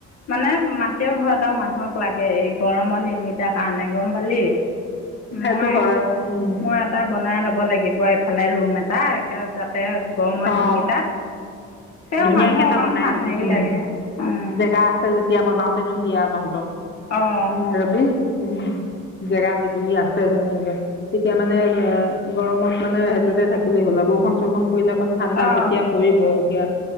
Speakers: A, on the left; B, on the left.
A: মানে মা টিয়ৰ ঘৰ এটাও মানুহক লাগে এই গৰমৰ দিনকেইটাৰ কাৰণে গম পালি।
B: সেইটো
A: মই
B: হয় উম
A: মই এটা বনাই ল'ব লাগিব এইফালে ৰুম এটা যাতে গৰমৰ
B: অ
A: দিনকেইটাত, তেওঁ
B: ধুনীয়াকে
A: মানুহ
B: এটা
A: অকণ
B: বনাই লবি
A: হেৰি
B: উম
A: লাগে অঁ
B: জেগা আছে যেতিয়া বনাওতেনো কি আও জন-তন
A: অঁ
B: বনাই লবি উম জেগা জুগুলি আছে ধুনীয়াকে তেতিয়া মানে গৰমত মানে সেইটোতে থাকিলেই হ'ল আৰু বৰষুণ-চৰষুণ পৰিলে অকণ ঠাণ্ডা
A: অঁ
B: যেতিয়া পৰিব এতিয়া